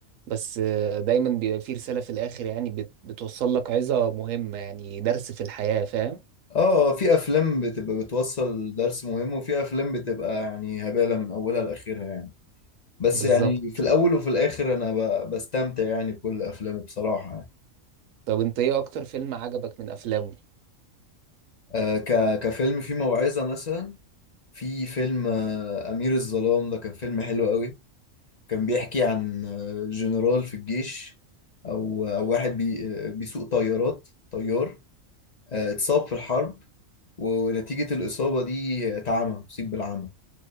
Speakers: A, on the right; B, on the left.
A: بس آه، دايما بيبقى فيه رسالة في الاخر يعني بت- بتوصل لك عظة مهمة يعني درس في الحياة فاهم
B: اه في افلام بتبقى بتوصل درس مهم وفي افلام بتبقى يعني هبالة من اولها لاخرها يعني بس
A: بالظبط
B: يعني في الاول وفي الاخر انا ب- بستمتع يعني بكل افلامه بصراحة يعني.
A: طب انت ايه اكتر فيلم عجبك من افلامه
B: آه ك كفيلم فيه موعظة مثلا في فيلم آه امير الظلام ده كان فيلم حلو قوي كان بيحكي عن آه، جنرال في الجيش او او واحد بي آه، بيسوق طيارات طيار آه، اتصاب في الحرب ونتيجة الإصابة دي اتعمى أصيب بالعمى